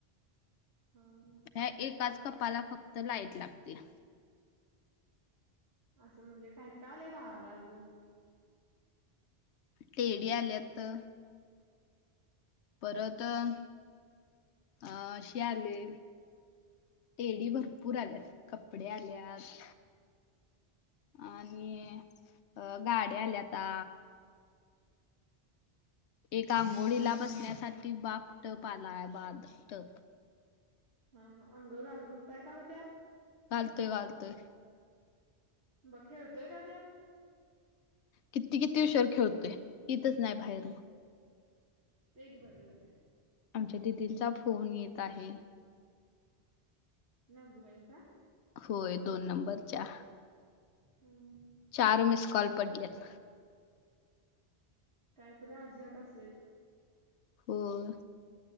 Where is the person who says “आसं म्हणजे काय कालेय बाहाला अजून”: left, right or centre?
Right